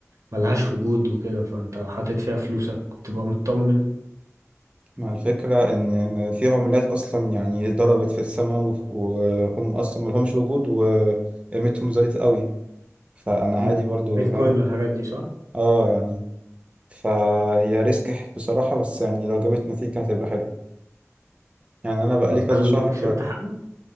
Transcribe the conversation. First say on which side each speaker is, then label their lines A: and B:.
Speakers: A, on the right; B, on the right.
A: ملهاش وجود وكده فانت حاطط فيها فلوسك بتبقى مطمن
B: مع الفكرة ان في عملات اصلا يعني ضربت في السماء وهم اصلا ملهمش وجود وقيمتهم زادت قوي فانا
A: امم
B: عادي برضو
A: البيتكوين
B: فاهم
A: والحاجات دي صح؟
B: اه يعني فهي ريسك بصراحة بس يعني لو جابت نتيجة هتبقى حلو يعني انا بقى
A: طب
B: لي كذا
A: هل
B: شهر
A: كسبت حاجة؟